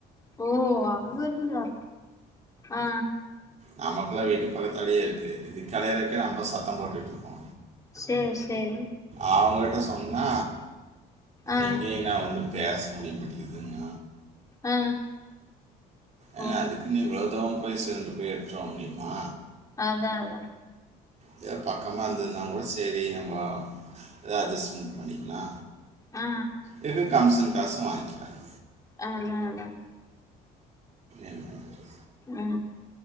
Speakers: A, on the left; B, on the right.
A: ஓ அங்க இருந்து வ ஆ
B: நமக்குல்லா வீட்டு பக்கத்துலயே இருக்கு இதுக்கு அலையறக்கே நம்ப சத்தம் போட்டுட்ருக்கோ
A: செர் சேரி
B: அவுங்ககிட்ட சொன்னா
A: ஆ
B: எங்கயு நா‌ வந்து பேச முடிய மாட்டெக்குதுங்க
A: ஆ
B: ஏங்க
A: ஓ
B: அதுக்குனு இவ்ளொ இதா னவு போய் சிலிண்ட்ரு போய் எடுத்துட்டு வர முடியுமா
A: அதா அதா
B: இதா பக்கமா இருந்ததுனா கூட சேரி நம்ம போ எதா‌ அட்ஜஸ்ட்மென்ட் பண்ணிக்கலா
A: ஆ
B: இதுக்கு கமிஷன் காசு வாங்கிறாங்க
A: அதா அதா
B: என்ன பண்றது?
A: அ